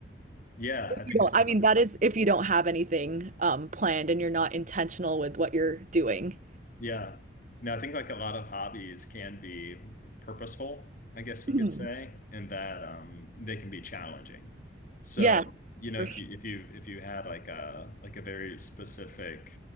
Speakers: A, on the left (about 45°); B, on the right (about 40°).
A: Yeah, I think
B: You know,
A: so.
B: I mean, that is if you don't have anything um, planned and you're not intentional with what you're doing.
A: Yeah. You know, I think like a lot of hobbies can be purposeful, I guess you
B: Mhm.
A: could say, and that um they can be challenging. So,
B: Yes,
A: you know,
B: for
A: if
B: sure.
A: you if you if you had like a like a very specific